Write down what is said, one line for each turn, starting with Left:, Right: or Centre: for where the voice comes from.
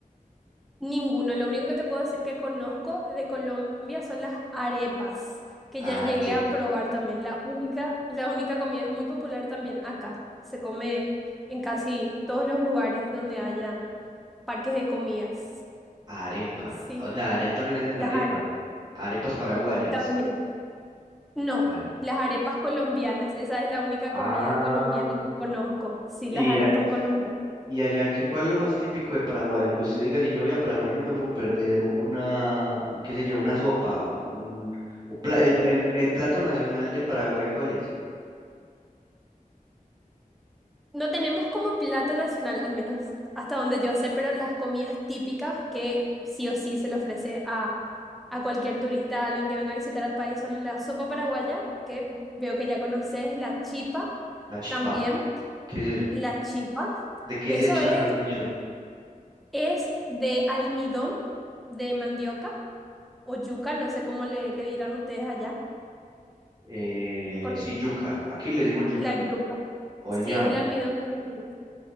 Centre: Ninguno, lo único que te puedo decir que conozco de Colombia son las arepas, que
Right: Ah,
Centre: ya llegué
Right: sí.
Centre: a probar también. La única, la única comida es muy popular también acá. Se come en casi todos los lugares donde hayan parques de comidas.
Right: Arepa.
Centre: Sí,
Right: O sea, allá también hacen
Centre: las
Right: arepa.
Centre: arepas
Right: Arepas paraguayas.
Centre: también. No,
Right: Ah,
Centre: las arepas colombianas, esa es la única
Right: ah,
Centre: comida colombiana que conozco. Sí,
Right: y,
Centre: las arepas
Right: a-
Centre: colombianas
Right: y allá, ¿qué, cuál es lo más típico de Paraguay? Lo que usted diga, si yo voy a Paraguay no me puedo perder una, qué sé yo, una sopa, un, un pla- el, el, el plato nacional de Paraguay, ¿cuál es?
Centre: No tenemos como plato nacional, al menos hasta donde yo sé, pero las comidas típicas que sí o sí se le ofrece a, a cualquier turista, a alguien que venga a visitar al país, son la sopa paraguaya, que veo que ya conoces, la chipa
Right: La chipa,
Centre: también,
Right: ¿qué es eso?
Centre: la chipa.
Right: ¿De qué
Centre: Eso
Right: se echa,
Centre: es,
Right: mejor dicho?
Centre: es de almidón de mandioca o yuca, no sé cómo le, le dirán ustedes allá,
Right: Eh,
Centre: con
Right: sí, yuca, aquí le decimos yuca,
Centre: la yuca.
Right: o
Centre: Sí,
Right: el ñame,
Centre: es el almidón de la yuca.